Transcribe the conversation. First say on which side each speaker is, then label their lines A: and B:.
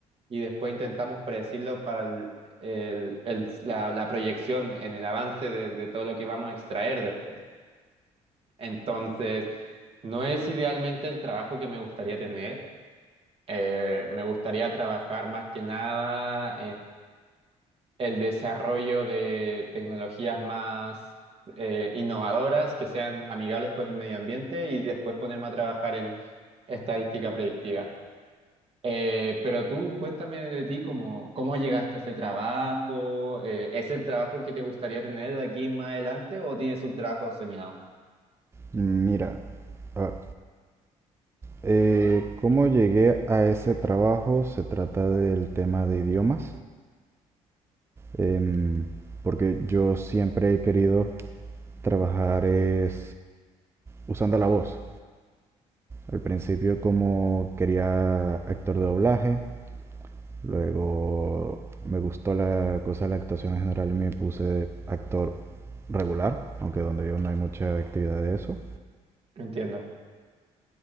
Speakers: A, on the right; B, on the right.
A: y después intentamos predecirlo para el- el- el- la, la proyección en el avance de, de todo lo que vamos a extraer después. Entonces, no es idealmente el trabajo que me gustaría tener. Eh, me gustaría trabajar más que nada el desarrollo de tecnologías más eh, innovadoras que sean amigables con el medio ambiente y después ponerme a trabajar en estadística predictiva. Eh, pero tú cuéntame de ti, cómo, cómo llegaste a ese trabajo, eh, ¿es el trabajo que te gustaría tener de aquí más adelante o tienes un trabajo soñado?
B: Mira, ah, eh, ¿cómo llegué a ese trabajo? Se trata del tema de idiomas. em, porque yo siempre he querido trabajar es usando la voz. Al principio como quería actor de doblaje, luego me gustó la cosa de la actuación en general y me puse de actor regular, aunque donde yo no hay mucha actividad de eso.
A: Entiendo,